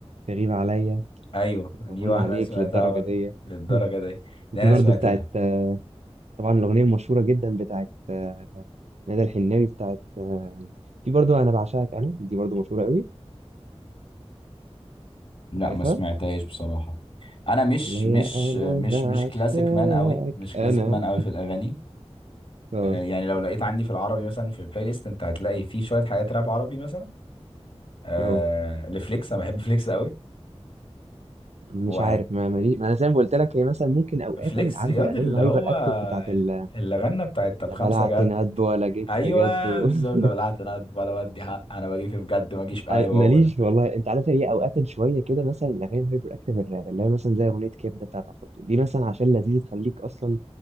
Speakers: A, on the right; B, on the left.
A: تغيب عليا
B: ايوه دي
A: وهنا
B: واحده
A: عليك
B: سمعتها
A: للدرجه
B: برضه
A: دي
B: للدرجه
A: <laughs>
B: دي دي
A: وفي
B: انا
A: برضه
B: سمعت
A: بتاعت
B: لها
A: آه، طبعا الأغنية المشهورة جدا بتاعت آه، ندى الحناوي بتاعت آه، في برضه أنا بعشقك أنا دي برضه مشهورة قوي
B: لا
A: عارفها
B: ما سمعتهاش بصراحة انا مش
A: اللي هي
B: مش
A: أنا
B: مش
A: بعشقك
B: مش كلاسيك مان قوي مش كلاسيك
A: أنا
B: مان قوي في الاغاني
A: اه
B: آه، يعني لو لقيت عندي في العربي مثلا في البلاي ليست انت هتلاقي فيه شوية حاجات راب عربي مثلا آه
A: اه
B: لفليكس انا بحب فليكس قوي
A: مش
B: وهت
A: عارف ما مالي ما أنا زي ما قلت لك هي مثلا ممكن أوقات
B: فليكس
A: عارف
B: ياض
A: الأغاني
B: اللي
A: الهايبر
B: هو
A: أكتف بتاعت ال-
B: اللي غنى بتاعت طب
A: لا
B: خمسة
A: بلعت
B: جد
A: ندب ولا جيت
B: ايوه
A: في جد و...
B: بالظبط
A: <laughs>
B: لو بلعت انا ولا ودي حق انا بجي في بجد ما اجيش في ايوه
A: أ- ماليش
B: هو ده
A: والله انت عارف هي اوقات شويه كده مثلا الاغاني الهايبر اكتيف الراب اللي هي مثلا زي اغنيه كبده بتاعت عفروتو دي مثلا عشان لذيذه تخليك اصلا